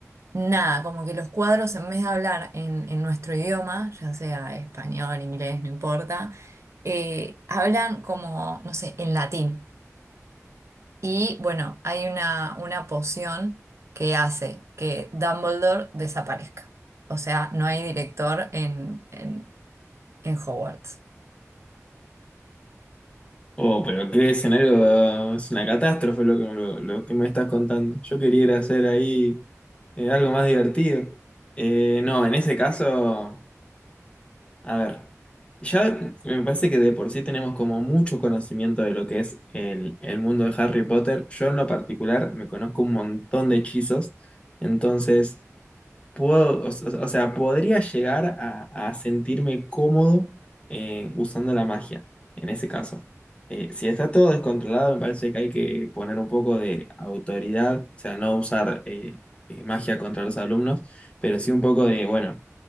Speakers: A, on the right; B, on the left.
A: Nada, como que los cuadros en vez de hablar en, en nuestro idioma, ya sea español, inglés, no importa, eh, hablan como, no sé, en latín. Y bueno, hay una, una poción que hace que Dumbledore desaparezca. O sea, no hay director en, en, en Hogwarts.
B: Oh, pero qué escenario, es una catástrofe lo que, lo, lo que me estás contando. Yo quería ir a hacer ahí eh, algo más divertido. Eh, no, en ese caso, a ver, ya me parece que de por sí tenemos como mucho conocimiento de lo que es el, el mundo de Harry Potter. Yo en lo particular me conozco un montón de hechizos, entonces puedo, o, o- o sea, podría llegar a, a sentirme cómodo eh, usando la magia, en ese caso. Eh, si está todo descontrolado, me parece que hay que poner un poco de autoridad, o sea, no usar eh, eh, magia contra los alumnos, pero sí un poco de, bueno,